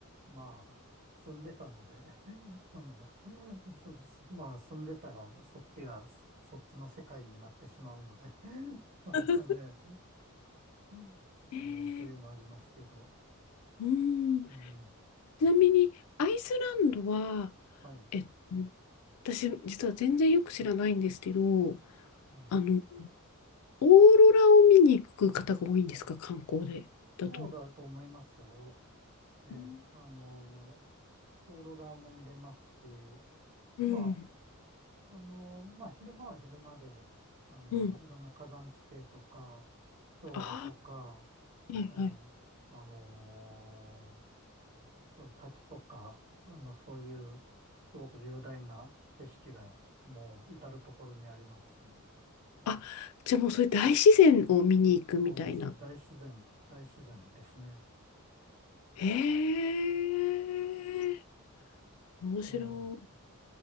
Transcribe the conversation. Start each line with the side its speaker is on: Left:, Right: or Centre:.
Right: まあ、住んでたので、<laughs> あの、<laughs> そそまあ、住んでたら、そっちが、そっちの世界になってしまうので、<laughs> なかなかね、
Left: <laughs>
Right: うん。
Left: へえ。
Right: えーというのありますけど、
Left: うん。
Right: うん、
Left: ちなみに、アイスランドは、
Right: はい。
Left: えっと、私、実は全然よく知らないんですけど、
Right: うん
Left: あの、オーロラを見に行く方が多いんですか、観光で、だと。
Right: そうだと思いますよ。えーあの
Left: う
Right: オーロラも見れますし、
Left: ん。
Right: まあ、あのまあ、昼間は昼間で、あのいろんな火山地形とか、
Left: うん。
Right: 氷河とか、
Left: あはいはい。
Right: えーあの滝とか、あの、そういう、すごく雄大な景色が、もう、至るところにありますね。
Left: あ、じゃあもうそれ大自然を見に行くみたいな。
Right: そうです。大自然、大自然ですね。
Left: へえ、面白い。
Right: ええ、